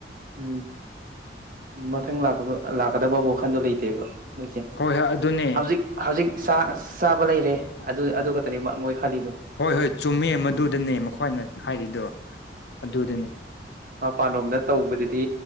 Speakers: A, on the right; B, on the left.
A: ꯎꯝ ꯃꯊꯪ ꯂꯥꯛꯄꯗ ꯂꯥꯛꯀꯗꯕ ꯋꯥꯈꯟꯗꯣ ꯂꯩꯇꯦꯕ ꯃꯣꯏꯁꯦ
B: ꯍꯣꯏ ꯍꯣꯏ ꯑꯗꯨꯅꯦ
A: ꯍꯧꯖꯤꯛ ꯍꯧꯖꯤꯛ ꯆꯥ ꯆꯥꯕ ꯂꯩꯔꯦ ꯑꯗꯨ ꯑꯗꯨ ꯈꯛꯇꯅꯤꯃ ꯃꯣꯏ ꯈꯜꯂꯤꯗꯣ
B: ꯍꯣꯏ ꯍꯣꯏ ꯆꯨꯝꯃꯦ ꯃꯗꯨꯗꯅꯦ ꯃꯈꯣꯏꯅ ꯍꯥꯏꯔꯤꯗꯣ ꯑꯗꯨꯗꯅꯦ
A: ꯃꯄꯥꯟꯂꯣꯝꯗ ꯇꯧꯕꯗꯗꯤ